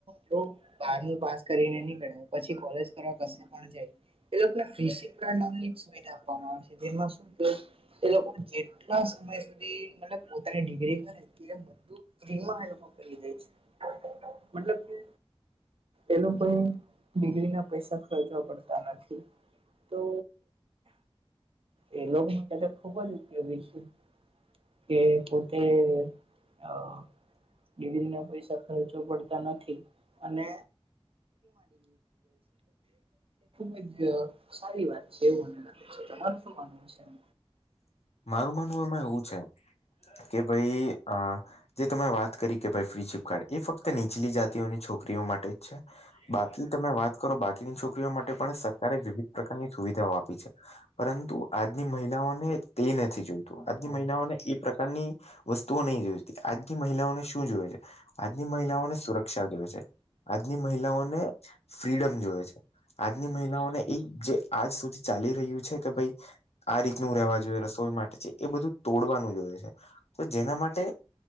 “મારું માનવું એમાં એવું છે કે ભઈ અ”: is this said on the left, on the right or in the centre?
Left